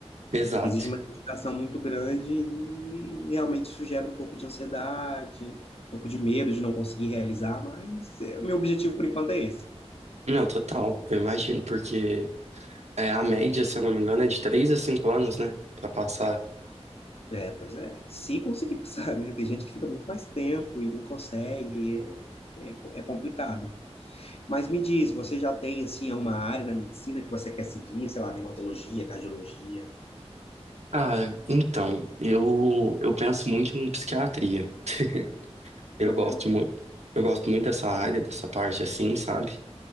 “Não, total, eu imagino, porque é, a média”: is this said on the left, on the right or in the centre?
Right